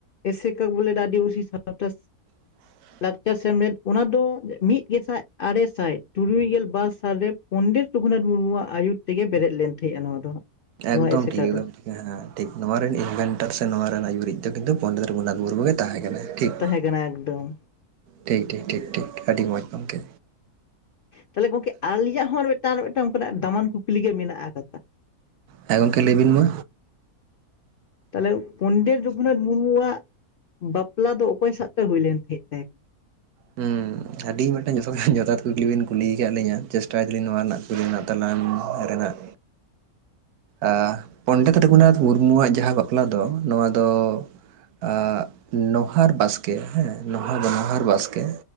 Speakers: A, on the left; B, on the right.
A: ᱮᱥᱮᱠᱟ ᱵᱚᱞᱮᱴ ᱟᱹᱫᱤᱵᱟᱹᱥᱤ ᱥᱟᱶᱛᱟ
B: <inaudible>
A: ᱞᱟᱠᱪᱟᱨ ᱥᱮᱢᱞᱮᱫ ᱚᱱᱟ ᱫᱚ, ᱢᱤᱫ ᱜᱮᱥᱟᱭ ᱟᱨᱮ ᱥᱟᱭ ᱛᱩᱨᱩᱭ ᱜᱮᱞ ᱵᱟᱨ ᱥᱟᱞ ᱨᱮ᱾ ᱯᱚᱱᱰᱤᱛ ᱨᱚᱜᱷᱩᱱᱟᱛᱷ ᱢᱩᱨᱢᱩᱣᱟᱜ ᱟᱹᱭᱩᱨ ᱛᱮ ᱜᱮ ᱵᱮᱨᱮᱫ ᱞᱮᱱ ᱛᱟᱦᱮᱸᱜ-ᱟ ᱱᱚᱣᱟ ᱫᱚ᱾
B: ᱮᱠᱫᱚᱢ
A: ᱱᱚᱣᱟ ᱮᱥᱮᱠᱟ
B: ᱴᱷᱤᱠ ᱮᱫᱚᱢ
A: ᱫᱚ
B: ᱴᱷᱤᱠ᱾ ᱦᱮᱸ ᱴᱷᱤᱠ ᱱᱚᱣᱟ ᱨᱮᱱ ᱮᱱᱵᱷᱮᱱᱴᱟᱨ ᱥᱮ ᱱᱚᱣᱟ ᱨᱮᱱᱟᱜ ᱟᱹᱭᱩᱨᱤᱡ ᱫᱚ ᱠᱤᱱᱛᱩ ᱯᱚᱸᱱᱰᱮᱛ ᱨᱩᱹᱜᱷᱩᱱᱟᱛ ᱢᱩᱨᱢᱩ ᱜᱮ ᱛᱟᱦᱮᱸ ᱠᱟᱱᱟᱭ᱾ ᱴᱷᱤᱠ
A: ᱛᱟᱦᱮᱸ ᱠᱟᱱᱟ ᱮᱠᱫᱚᱢ
B: ᱴᱷᱤᱠ ᱴᱷᱤᱠ ᱴᱷᱤᱠ ᱴᱷᱤᱠ ᱟᱹᱰᱤ ᱢᱚᱡᱽ ᱜᱚᱝᱠᱮ᱾
A: ᱛᱟᱦᱚᱸᱞᱮ ᱜᱚᱝᱠᱮ ᱟᱞᱤᱧᱟᱜ ᱦᱚᱸ ᱟᱨ ᱢᱤᱫ ᱴᱟᱝ ᱟᱨ ᱢᱤᱫ ᱴᱟᱝ ᱫᱟᱢᱟᱱ ᱠᱩᱠᱞᱤ ᱜᱮ ᱢᱮᱱᱟᱜ ᱠᱟᱫᱟ?
B: ᱦᱮᱸ ᱜᱚᱝᱠᱮ ᱞᱟᱹᱭ ᱵᱤᱱ ᱢᱟ᱾
A: ᱛᱟᱦᱚᱸᱞᱮ ᱯᱚᱸᱱᱰᱮᱛ ᱨᱟᱹᱜᱷᱩᱱᱟᱛᱷ ᱢᱩᱨᱢᱩ ᱣᱟᱜ ᱵᱟᱯᱞᱟ ᱫᱚ ᱚᱠᱚᱭ ᱥᱟᱜ ᱛᱮ ᱦᱩᱭ ᱞᱮᱱ ᱛᱟᱦᱮᱸ ᱛᱮ?
B: ᱦᱩᱸ᱾ ᱟᱹᱰᱤ ᱢᱮᱫ ᱴᱮᱡ ᱡᱚᱛᱷᱟᱛ ᱡᱚᱛᱷᱟᱛ ᱠᱩᱠᱞᱤ ᱵᱤᱱ ᱠᱩᱞᱤ ᱠᱟᱫ ᱞᱤᱧᱟᱹ, ᱪᱮᱥᱴᱟᱭ ᱫᱟᱹᱞᱤᱧ ᱱᱚᱣᱟ ᱨᱮᱱᱟᱜ ᱠᱩᱠᱞᱤ ᱨᱮᱱᱟᱜ ᱛᱮᱞᱟ ᱮᱢ ᱨᱮᱱᱟᱜ? ᱟᱻ ᱯᱚᱸᱱᱰᱮᱛ ᱨᱟᱹᱜᱷᱩᱱᱟᱛᱷ ᱢᱩᱨᱢᱩᱣᱟᱜ ᱡᱟᱦᱟᱸ ᱵᱟᱯᱞᱟ ᱫᱚ, ᱱᱚᱣᱟ ᱫᱚ ᱟᱜ ᱱᱦᱟᱨ ᱵᱟᱥᱠᱮ ᱦᱮᱸ ᱱᱦᱟᱨ ᱵᱟᱥᱠᱮ᱾